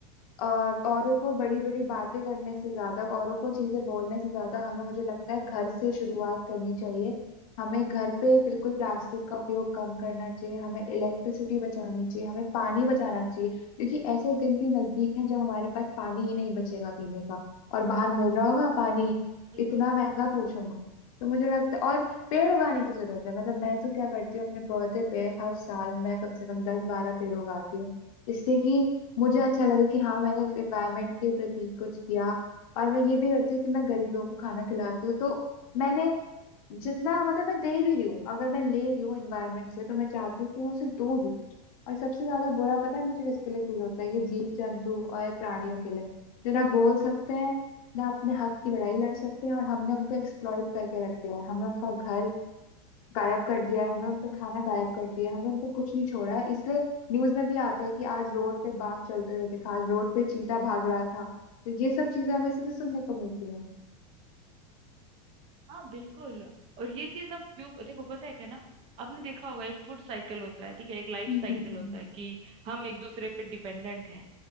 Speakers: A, on the left (about 70°); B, on the right (about 30°).
A: अ, औरों को बड़ी बड़ी बातें करने से ज्यादा औरों को चीजें बोलने से ज्यादा हमें मुझे लगता है घर से शुरुआत करनी चाहिए हमें घर पे बिल्कुल प्लास्टिक का उपयोग कम करना चाहिए हमें इलेक्ट्रिसिटी बचानी चाहिए हमें पानी बचाना चाहिए क्योंकि ऐसे दिन भी नजदीक हैं जब हमारे पास पानी ही नहीं बचेगा पीने का और बाहर मिल रहा होगा पानी
B: बिल्कुल
A: इतना महंगा पूछो मत तो मुझे लगता है और पेड़ उगाने की जरूरत है मतलब मैं तो क्या करती हूँ अपने पौधे पे हर साल मैं कम से कम दस बारह पेड़ उगाती हूँ जिससे कि मुझे अच्छा लगे कि हाँ मैंने एनवायरनमेंट के प्रति कुछ किया और मैं ये भी करती हूँ कि मैं गरीब लोगों को खाना खिलाती हूँ तो मैंने जितना मतलब मैं दे भी रही हूँ अगर मैं ले रही हूँ एनवायरनमेंट से तो मैं चाहती हूँ कि मैं उसे दूँ भी कुछ और सबसे ज्यादा बुरा पता है मुझे किसके लिए फील होता है ये जीव जंतु और प्राणियों के लिए जो ना बोल सकते हैं ना अपने हक की लड़ाई लड़ सकते हैं और हमने उनको एक्सप्लॉइट करके रख दिया है हमने उनका घर गायब कर दिया है हमें उनका खाना गायब कर दिया है हमें उनका कुछ नहीं छोड़ा है इसलिए न्यूज में भी आता है कि आज रोड पे बाघ चलते हुए दिखा आज रोड पे चीता भाग रहा था तो ये सब चीजें हमें इससे तो सुनने को मिलती है
B: हाँ बिल्कुल और ये चीज अब जो देखो पता है क्या ना आपने देखा होगा एक फूड साइकिल होता है ठीक है एक लाइफ
A: हम्म
B: साइकिल
A: हम्म, हम्म,
B: होता है कि हम एक दूसरे पे डिपेंडेंट हैं